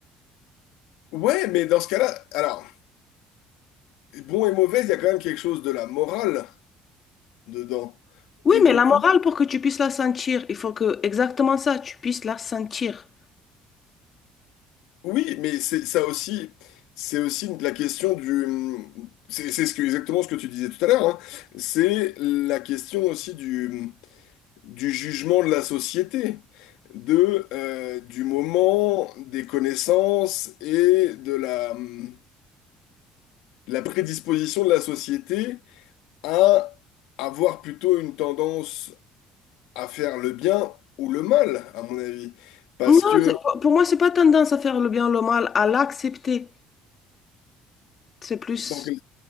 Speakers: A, on the left; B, on the left.
A: Ouais, mais dans ce cas-là, alors. bon et mauvais, il y a quand même quelque chose de la morale dedans.
B: Oui,
A: Et
B: mais
A: du
B: la
A: coup,
B: morale, pour que tu puisses la sentir, il faut que exactement ça, tu puisses la sentir.
A: oui, mais c'est ça aussi, c'est aussi une- la question du, c'est c'est ce que, exactement ce que tu disais tout à l'heure, hein. C'est la question aussi du, du jugement de la société, de, euh, du moment, des connaissances et de la, de la prédisposition de la société à avoir plutôt une tendance à faire le bien ou le mal, à mon avis. Parce
B: Non,
A: que,
B: c'est- pour moi, c'est pas tendance à faire le bien ou le mal, à l'accepter. C'est plus...
A: donc,